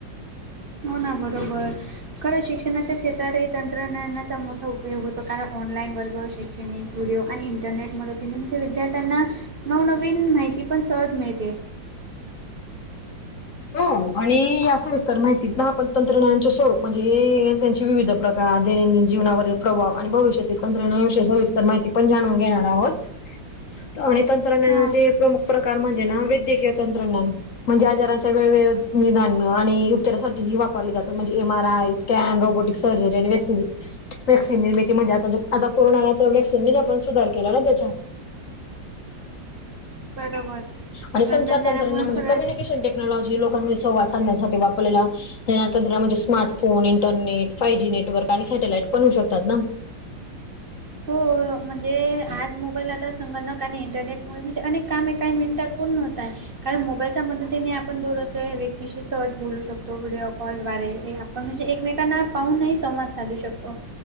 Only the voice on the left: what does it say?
हो आणि या सविस्तर माहिती ना आपण तंत्रज्ञाना स्वरूप म्हणजे त्यां विविध प्रकार, दैनंदिन जीवनावरील प्रभाव आणि भविष्यातील तंत्रज्ञानानुसार सविस्तर माहिती पण जाणून घेणार आहोत. तेवढी तंत्रज्ञा तंत्रज्ञानाचे
प्रमुख प्रकार म्हणजे ना वैद्यकीय तंत्रज्ञान म्हणजे आजाराचे वेगवेगळे निदान आणि उपचारासाठी जे वापरले जातात म्हणजे M R I, scan, robotics surgery आणि वे वॅक्सिन निर्मिती म्हणजे आता जो आता कोरोनाला तर व्हॅक्सिनने आपण सुधार केला ना त्याच्या
आणि संचार
तंत्रज्ञान म्हणजे
कम्युनिकेशन टेक्नॉलॉजी लोकांमध्ये संवाद साधण्यासाठी वापरलेला तंत्र म्हणजे smartphone, internet, five G network आणि सॅटेलाईट पण होउ शकतात ना.